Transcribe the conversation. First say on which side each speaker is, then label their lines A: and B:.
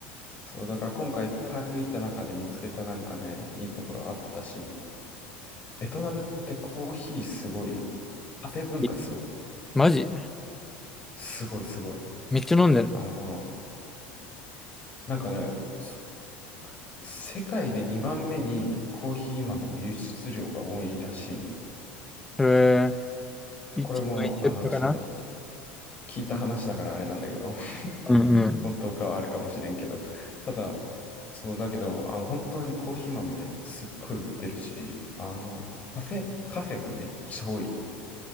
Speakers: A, on the left; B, in the centre.
A: そう、だから今回いっぱい歩いた中で見つけたなんかね、いいところあったし、ベトナムってコーヒーすごいよ。カフェ文化すごい。
B: いマジ
A: すごいすごい。
B: めっちゃ飲んでんの
A: あの、なんかね、そ世界で2番目にコーヒー豆の輸出量が多いらしいのよ。
B: それ、一杯一緒かな
A: これも、あの、ちょっと聞いた話だからあれなんだけど、<laughs>
B: うんう
A: 本当かはあれかもしれんけど、ただ、そうだけど、あの、本当にコーヒー豆めすっごい売ってるし、あの、カフェ、カフェがめっちゃ多い。